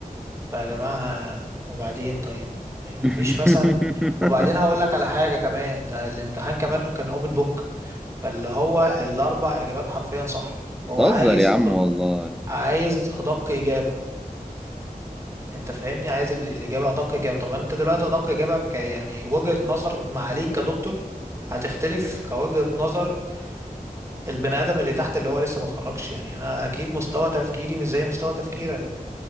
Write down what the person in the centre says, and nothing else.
<laughs>
بتهزر
يا عم
والله